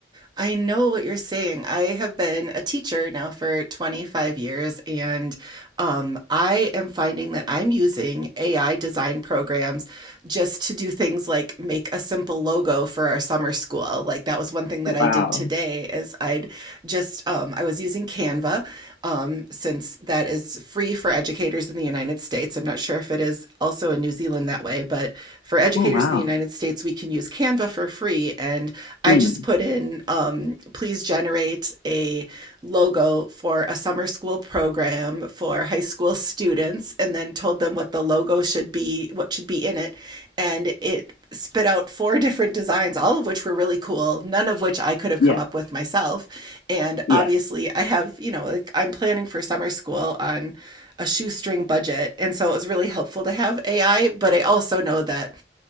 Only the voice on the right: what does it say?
I know what you're saying. I have been a teacher now for 25 years, and um, I am finding that I'm using AI design programs just to do things like make a simple logo for our summer school. Like that was one thing that
I did today is I'd just um, I was using Canva um, since that is free for educators in the United States. I'm not sure if it is also in New Zealand that way, but for educators
in the United States, we can use Canva for for free. And I
just put in, um, please generate a logo for a summer school program for high school students, and then told them what the logo should be, what should be in it. And it spit out four <laughs> different designs, all of which were really cool, none of which I could have
come up with myself. And
obviously, I have, you know, like I'm planning for summer school on a shoestring budget. And so it was really helpful to have AI, but I also know that